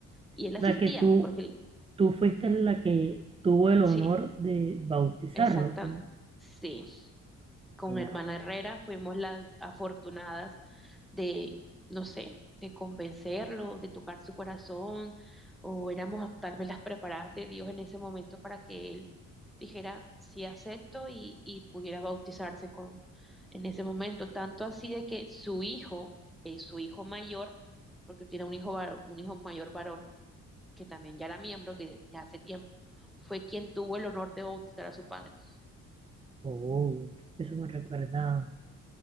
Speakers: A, in the centre; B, on the right (about 20°).
A: Y él
B: O
A: asistía,
B: sea, que tú,
A: porque él-
B: tú fuiste la que tuvo el honor
A: sí,
B: de bautizarlo.
A: exactamente,
B: pues.
A: sí. con
B: Ya,
A: hermana Herrera fuimos las afortunadas de, no sé, de convencerlo, de tocar su corazón, o éramos tal vez las preparadas de Dios en ese momento para que él dijera sí acepto y, y pudiera bautizarse con en ese momento, tanto así de que su hijo, eh, su hijo mayor, porque él tiene un hijo var- un hijo mayor varón, que también ya era miembro de, de hace tiempo, fue quien tuvo el honor de bautizar a su padre.
B: oh, eso me recuerda.